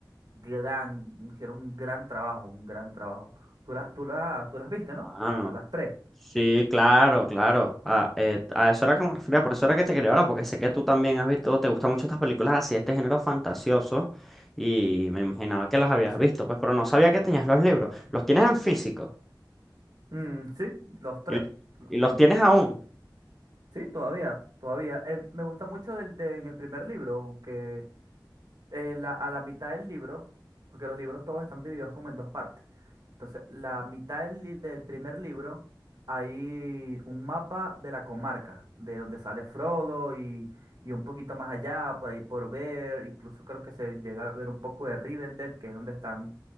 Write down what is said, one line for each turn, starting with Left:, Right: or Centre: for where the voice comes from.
Right: gran, hicieron un gran trabajo, un gran trabajo. Tú las, tú la- tú las viste, ¿no?
Centre: Mano.
Right: La- las tres.
Centre: Sí, claro, claro. A, eh, a eso era que me refería, por eso era que te quería hablar, porque sé que tú también has visto, te gustan mucho estas películas así, este género fantasioso, y me imaginaba que las habías
Right: Sí.
Centre: visto, pues, pero no sabía que tenías los libros. Los tienes en físico
Right: Mm, sí, los tres
Centre: y los,
Right: los
Centre: y los
Right: tengo.
Centre: tienes aún.
Right: Sí, todavía, todavía. Eh, me gusta mucho del, de, en el primer libro, aunque en la, a la mitad del libro, porque los libros todos están divididos como en dos partes. Entonces, la mitad del, li- del primer libro hay un mapa de la comarca, de donde sale Frodo y, y un poquito más allá, por ahí por ver, incluso creo que se llega a ver un poco de Rivendell, que es donde están